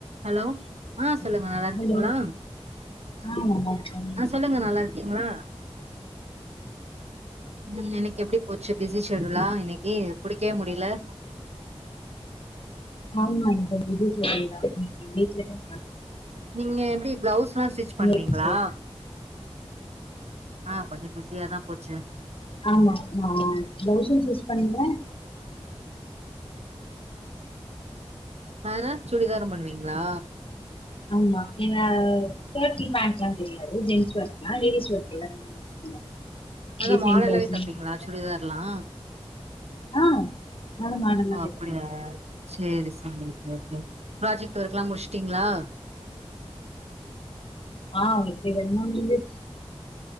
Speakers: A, on the right; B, on the left.
A: Hello ஆ சொல்லுங்க நல்லா இருக்கீங்களா
B: ஹலோ ஆ நல்லா இருக்கே
A: ஆ சொல்லுங்க நல்லா இருக்கீங்களா ம் எனக் எப்டி போச்சு பிஸி ஷெடுலா இன்னிக்கு புடிக்கவே முடில
B: ஆமா இந்த <unintelligible>
A: நீங்க எப்டி பிளவுஸ் எல்லா ஸ்டிச் பண்ணுவீங்ளா
B: இன்னைக்கு சே
A: ஆ கொஞ்ச பிசியாதா போச்சு
B: ஆமா ஆ பிளவும் ஸ்டிச் பண்ணுவ
A: வேற சுடிதாரும் பண்ணுவீங்ளா
B: ஆமா என்ன ஷேர்ட் ஜீன்ஸ் பேண்ட்ல்லா தெரியாது ஜீன்ஸ் பேண்ட்ல்லா லேடிஸ் <unintelligible>
A: அதா
B: டிசைன்
A: மாடலாவே
B: ப்ளவுஸு
A: தப்பிங்களா சுடிதார் க்கல்லா
B: ஆ ஆ மாடன்னா தெப்பங்க
A: அப்டியா சேரி சேரிங்க ப்ராஜெக்ட் ஒர்க் எல்லா முடுச்சுட்டீங்ளா
B: ஆ <unintelligible>